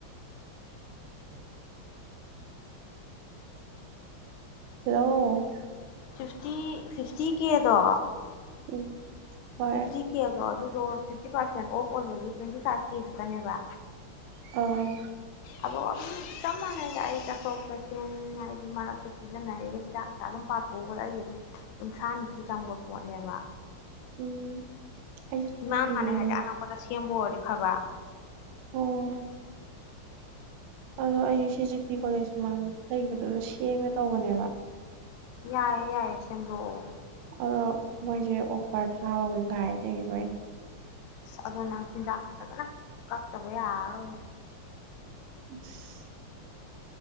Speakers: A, on the right (about 85°); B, on the left (about 85°).
A: ꯎ ꯍꯜꯂꯣ
B: ꯐꯤꯐꯇꯤ ꯐꯤꯐꯇꯤ ꯀꯦꯗꯣ
A: ꯎꯝ ꯍꯣꯏ
B: ꯐꯤꯐꯇꯤ ꯀ ꯑꯗꯨ ꯑꯗꯣ ꯐꯤꯐꯇꯤ ꯄꯥꯔꯁꯦꯟ ꯑꯣꯐ ꯑꯣꯏꯕꯒꯤ ꯇ꯭ꯋꯦꯟꯇꯤ ꯐꯥꯏꯚ ꯀꯦ ꯈꯛꯇꯅꯦꯕ
A: ꯑ
B: ꯑꯗꯣ ꯑꯗꯨꯝ ꯆꯞ ꯃꯥꯟꯅꯩꯗ ꯑꯩ ꯆꯠꯊꯣꯛ ꯆꯠꯁꯤꯟ ꯍꯥꯏꯗꯤ ꯃꯔꯛꯇ ꯁꯤꯖꯤꯟꯅꯔꯤꯕ ꯍꯤꯗꯥꯛ ꯍꯛꯇ ꯑꯗꯨꯝ ꯄꯥꯊꯣꯛꯑꯒꯗ ꯑꯩꯒꯤ ꯑꯗꯨꯝ ꯀꯨꯟꯊ꯭ꯔꯥ ꯅꯤꯐꯨ ꯆꯪꯕ ꯄꯣꯠꯅꯦꯕ
A: ꯎꯝ ꯑꯩꯁꯨ ꯊꯣꯛꯅꯤꯡꯉꯦ
B: ꯏꯃꯅ ꯃꯅꯦ ꯍꯥꯏꯗꯤ ꯑꯅ ꯀꯗ ꯁꯤꯑꯕꯣ ꯐꯕ
A: ꯑꯣ ꯑꯗꯣ ꯑꯩꯁꯨ ꯁꯤ ꯖꯤ ꯄꯤ ꯀꯣꯂꯦꯖ ꯃꯨꯃꯥꯡ ꯂꯩꯕꯗꯨꯗ ꯁꯦꯡꯅ ꯇꯧꯕꯅꯦꯕ
B: ꯌꯥꯏꯌꯦ ꯌꯥꯏꯌꯦ ꯁꯦꯝꯗꯣꯛꯑꯣ
A: ꯑꯗꯣ ꯃꯣꯏꯁꯦ ꯑꯣꯐꯔ ꯊꯥꯕ ꯑꯃ ꯀꯥꯏ ꯂꯩꯕꯣꯏꯅꯦ
B: ꯑꯁ ꯑꯗꯣ ꯅꯪ ꯆꯤꯟꯖꯥꯛꯇꯤ ꯐꯖꯅꯥ ꯀꯛꯇꯕ ꯌꯥꯔꯔꯣꯏꯅꯦ
A: <inaudible>